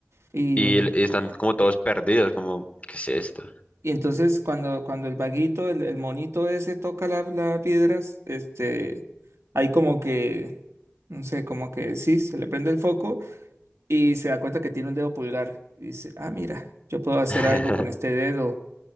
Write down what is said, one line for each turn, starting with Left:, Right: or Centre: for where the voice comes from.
Right: Y,
Left: Y el- están como todos perdidos, como, ¿qué es esto?
Right: y entonces cuando, cuando el vaguito, el, el monito ese toca la, la piedra, este, hay como que, no sé, como que sí, se le prende el foco y se da cuenta que tiene un dedo pulgar. Y dice, ah, mira, yo puedo hacer
Left: <laughs>
Right: algo con este dedo.